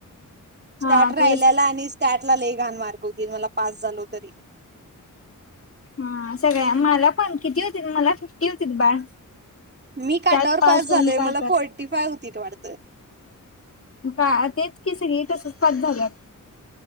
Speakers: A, on the right (about 30°); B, on the left (about 40°).
A: स्टार्ट
B: हा
A: राहिल्याला
B: तुझ
A: आणि स्टार्टला लय घाण मार्क होती मला पास झालो तरी
B: हा सगळ्या मला पण किती होती ग, मला फिफ्टी होतील बाळ
A: मी काटावर
B: त्यात
A: पास झालोय
B: होऊन काय
A: मला
B: कर
A: फोर्टी फाय होतीत वाटतं
B: का तेच की सगळी तसंच पास झाल्यात